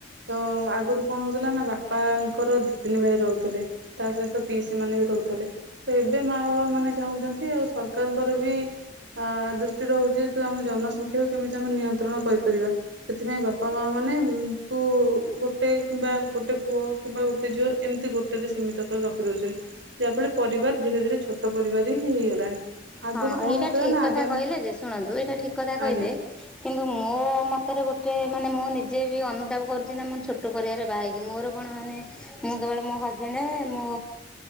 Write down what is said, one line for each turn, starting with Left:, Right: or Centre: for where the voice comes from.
Right: ତ ଆଗରୁ କଣ ହଉଥିଲା ନା ବାପାଙ୍କର ଦି ତିନି ଭାଇ ରହୁଥିଲେ ତା ସହିତ ପିଇସି ମାନେ ବି ରହୁଥିଲେ। ତ ଏବେ ମା ବାପା ମାନେ ଚାହୁଁଛନ୍ତି ଆଉ ସରକାରଙ୍କର ବି ଅ ଦୃଷ୍ଟି ରହୁଛି ତୁ ଆମ ଜନସଂଖ୍ୟାକୁ କେମିତି ଆମେ ନିୟନ୍ତ୍ରଣ କରିପାରିବା। ସେଥିପାଇଁ ବାପା ମା ମାନେ ଙ୍କୁ ଗୋଟେ କିମ୍ବା ଗୋଟେ ପୁଅ କିମ୍ବା ଗୋଟେ ଝିଅ ଏମିତି ଗୋଟେରେ ସୀମିତ କରି ରଖି ଦଉଛନ୍ତି। ଯାହା ଫଳରେ ପରିବାର ଧୀରେ ଧୀରେ ଛୋଟ ପରିବାର ହିିଁ ହେଇଗଲାଣି। ଆଗରୁ
Centre: ହଁ
Right: କଣ
Centre: ଏଇଟା
Right: ହଉଥିଲା
Centre: ଠିକ
Right: ନା
Centre: କଥା
Right: ଆଗାମୀ
Centre: କହିଲେ ଯେ ଶୁଣନ୍ତୁ ଏଇଟା ଠିକ କଥା କହିଲେ
Right: ଆଜ୍ଞା
Centre: କିନ୍ତୁ ମୋ ମୋ ମତରେ ଗୋଟେ ମାନେ ମୁଁ ନିଜେ ବି ଅନୁତାପ କରୁଛି ନା ମୁଁ ଛୋଟ ପରିବାରରେ ବାହା ହେଇକି, ମୋର କଣ ମାନେ ମୁଁ କେବଳ ମୋ ହଜବେଣ୍ଡ ମୁଁ